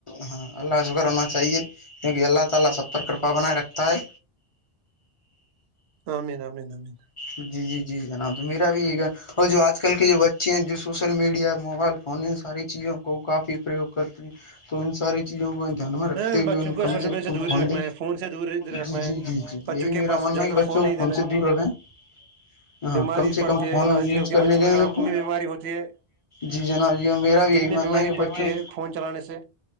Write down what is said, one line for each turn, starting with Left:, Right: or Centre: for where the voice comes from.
Left: ہاں اللہ کا شکر ہونا چاہیے کیونکہ اللہ تعالی سب پر کرپا بنائے رکھتا ہے
Right: آمین آمین آمین
Left: جی جی جی جناب میرا بھی یہ گ اور جو آج کل کے جو بچے ہیں جو سوشل میڈیا موبائل فون ان ساری چیزوں کو کافی پرریوگ کرتے ہیں تو ان ساری چیزوں کو دھیان میں رکھتے
Right: نہیں بچوں
Left: ہوئے ان
Right: کو
Left: کم
Right: سوشل
Left: سے
Right: میڈیا
Left: کم
Right: دور
Left: پنڈ
Right: ہی رکھنا ہے فون سے دور ہی رکھنا
Left: جی
Right: ہے
Left: جی جی جی
Right: بچوں
Left: یہی
Right: کے
Left: میرا
Right: پاس
Left: ماننا
Right: زیادہ
Left: ہے کہ بچوں
Right: فون نہیں دینا
Left: کوون سے
Right: ہے
Left: دور ہو جائے ہاں
Right: بیماری
Left: کم سے
Right: پڑتی
Left: کم فون
Right: ہے آج
Left: یوز
Right: کل کے
Left: کرنے
Right: بچوں
Left: دیں
Right: میں
Left: ان
Right: آنکھوں
Left: کو
Right: میں بیماری ہوتی ہے
Left: جی جناب جی میرا بھی
Right: دل
Left: یہی
Right: میں
Left: ماننا
Right: بیماری
Left: ہے
Right: پڑتی
Left: بچے
Right: فون چلانے سے